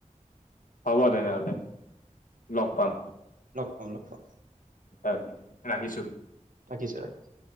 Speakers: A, on the left; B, on the right.
A: হ'ব তেনেহ'লে, লগ পাম।
B: লগ পাওঁ! লগ পাওঁ!
A: হয় ৰাখিছো।
B: ৰাখিছো ৰাখিছো।